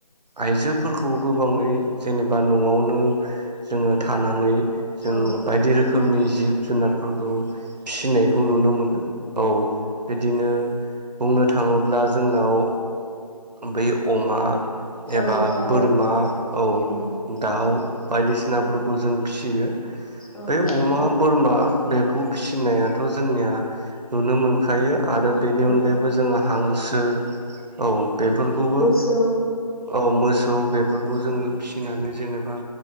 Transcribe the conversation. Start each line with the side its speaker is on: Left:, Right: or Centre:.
Right: आइजोफोरखौ गोबाङै जेनेबा न'आवनो जोङो थानानै जोङो
Left: औ
Right: बायदि रोखोमनि जिब जुनारफोरखौ फिनायखौ नुनो मोनो औ बिदिनो बुंनो थाङोब्ला जोंनाव बै अमा एबा
Left: औ दाउ
Right: बोरमा औ
Left: उम
Right: दाउ बायदिसिनाफोरखौ
Left: उम
Right: जों फिसियो
Left: औ
Right: बे अमा
Left: औ
Right: बोरमा बेखौ फिसिनायाथ' जोंनिया नुनो मोनखायो आरो बेनि
Left: औ
Right: अनगायैबो जोंहा हांसो औ बेफोरखौबो
Left: मोसौ
Right: औ मोसौ बेफोरखौ
Left: उम
Right: जोङो फिसिनानै जेनेबा